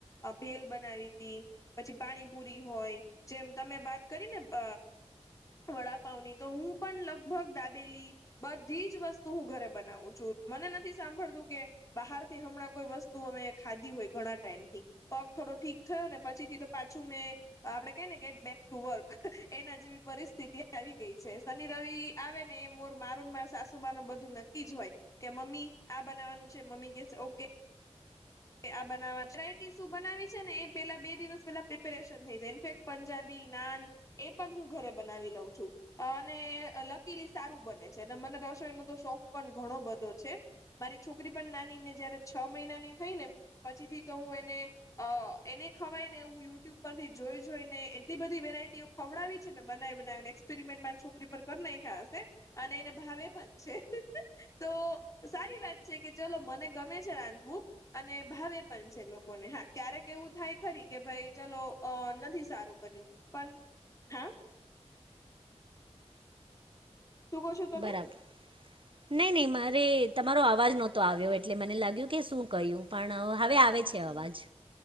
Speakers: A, on the left (about 30°); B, on the right (about 50°).
A: અ ભેલ બનાવી તી પછી પાણીપુરી હોય જેમ તમે બાત કરીને ભ વડાપાવની તો હું પણ લગભગ દાબેલી બધી જ વસ્તુ હું ઘરે બનાવું છું મને નથી સાંભળતું કે બહારથી હમણાં કોઈ વસ્તુ અમે ખાધી હોય ઘણા ટાઈમ થી પગ થોડો ઠીક થયો ને પછી થી તો પાછું મેં આપડે કઈ ને ગેટ બેક ટુ વર્ક એના જેવી પરિસ્થિતિ આવી ગઈ છે શનિ રવિ આવે ને એ મોર મારુંન માર સાસુમાનૂ બધું નક્કી જ હોય. કે મમ્મી આ બનાવાનું છે મમ્મી કે ઓકે આ બનાવા વેરાયટી શું બનાવી છે ને એ પેલા બે દિવસ પેલા પ્રિપેરેશન થઈ જાય ઇફેક્ટ પંજાબી, નાન એ પણ હું ઘરે બનાવી લઉં છું. અને લકીલી સારું બને છે અને મને રસોઈનો તો શોખ પણ ઘણો બધો છે. મારી છોકરી પણ નાની ને જયારે છ મહિનાની થઈ ને પછી થી તો હું એને અ એને ખવાય ને એવું યુટ્યુબ પરથી જોઈ જોઈ ને એટલી બધી વેરાયટીઓ ખવડાવી છે મેં બનાવી બનાવીને એક્પેરિમેન્ટ મારી છોકરી પર કર નાંયખા હશે અને એને ભાવે પણ છે તો સારી વાત છે કે ચલો મને ગમે છે રાંધવું અને ભાવે પણ છે લોકોને હા ક્યારેક એવું થાય ખરી કે ભાઈ ચલો અ નથી સારું બન્યું પણ હા શું કહો છો તમે
B: બરાબર. નહી નહી મારે તમારો અવાજ નહતો આવ્યો એટલે મને લાગ્યું કે શું કહ્યું પણ હવે આવે છે
A: હમ્મ
B: અવાજ
A: હમ્મ